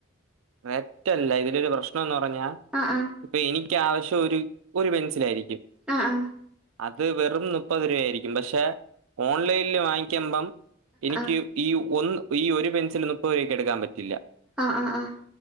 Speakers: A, on the right; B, in the centre.
A: വെറ്റല്ല ഇതിലൊരു പ്രശ്നോംന്ന് പറഞ്ഞാൽ
B: ആഹ് ആഹ്
A: ഇപ്പോ എനിക്ക് ആവശ്യം ഒരു ഒരു പെൻസിലായിരിക്കും
B: ആഹ് ആഹ്
A: അത് വെറും മുപ്പത് രൂപായിരിക്കും പക്ഷേ ഓൺലൈനില് വാങ്ങിക്ക്മ്പം എനിക്ക്
B: ആ
A: ഈ ഒന്ന് ഈ ഒരു പെൻസില് നുപ്പത് രൂപയ്ക്ക് എടുക്കാൻ പറ്റില്ല
B: ആഹ് ആഹ് ആഹ്